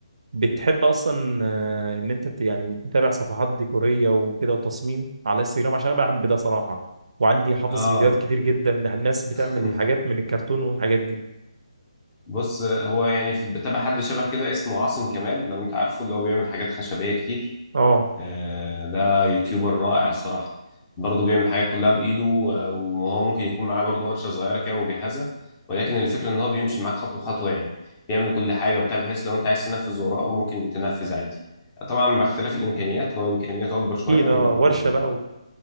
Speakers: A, on the right (about 70°); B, on the left (about 20°).
A: بتحب اصلا آه، ان انت ت- يعني تتابع صفحات ديكوريه وكده وتصميم على انستجرام عشان انا بحب ده صراحه وعندي حافظ
B: اه
A: فيديوهات كتير جدا للناس
B: <laughs>
A: بتعمل حاجات من الكرتون والحاجات دي
B: بص هو يعني في بتابع حد شبه كده اسمه عاصم كمال لو انت عارفه اللي هو بيعمل حاجات خشبيه كتير
A: اه
B: آه، ده يوتيوبر رائع الصراحة برضه بيعمل حاجات كلها بإيده آه، وهو ممكن يكون معاه برضه ورشة صغيرة كده مجهزة ولكن الفكرة إن هو بيمشي معاك خطوة خطوة يعني بيعمل كل حاجة وبتاع بحيث لو أنت عايز تنفذ وراه ممكن تنفذ عادي طبعا باختلاف الإمكانيات هو إمكانياته أكبر شوية
A: في ده
B: من-
A: ورشه بقى و...